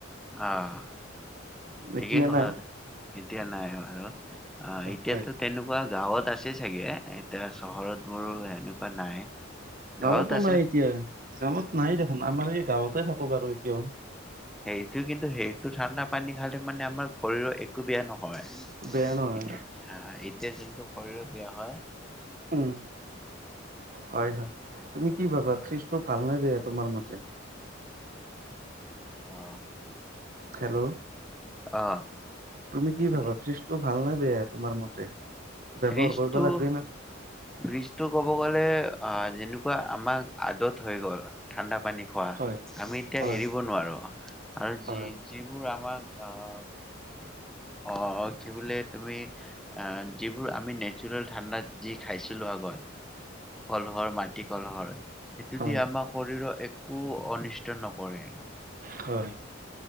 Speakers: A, in the centre; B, on the right.
A: আহ। ঠিকেই
B: এতিয়া
A: ক'লা
B: নাই
A: দে, এতিয়া নাই বাৰু। আহ এতিয়াতো
B: হয়
A: তেনেকু কুৱা গাঁৱত আছে চাগে, এতিয়া চহৰত বোৰো এনেকুৱা নাই।
B: গাঁৱতো
A: গাঁৱত আছে
B: নাই এতিয়া। গাঁৱত নাই দেখোন, আমাৰ এই গাঁৱতে থাকো বাৰু এতিয়াও।
A: সেইটো কিন্তু সেইটো ঠাণ্ডা পানী খালে মানে আমাৰ শৰীৰৰ এ একো বেয়া নহয়।
B: বেয়া নহয়
A: এতিয়া এতিয়া যোনটো শৰীৰৰ বেয়া হয়।
B: উম। হয়, হয়, তুমি কি ভাবা? ফ্ৰিজটো ভাল নে বেয়া তোমাৰ মতে?
A: অঁ।
B: খেল
A: অ।
B: তুমি কি
A: শুনি
B: ভাবা? ফ্ৰিজটো ভাল নে বেয়া তোমাৰ মতে? ব্যৱহাৰ
A: ফ্ৰিজটো
B: কৰিব লাগে না?
A: ফ্ৰিজটো ক'ব গ'লে অ যেনেকুৱা আমাৰ আদত হৈ গ'ল। ঠাণ্ডা পানী খোৱা।
B: হয়
A: আমি এতিয়া
B: হয়
A: এৰিব নোৱাৰো আৰু
B: হয়
A: যি যিবোৰ আমাক আ', অ' কি বোলে তুমি আহ যিবোৰ আমি নেচাৰেল ঠাণ্ডা যি খাইছিলো আগত কলহৰ মাটি কলহৰ, সেইটোদি
B: হয়
A: আমাৰ শৰীৰৰ এক কো অনিষ্ট নকৰে।
B: হয়।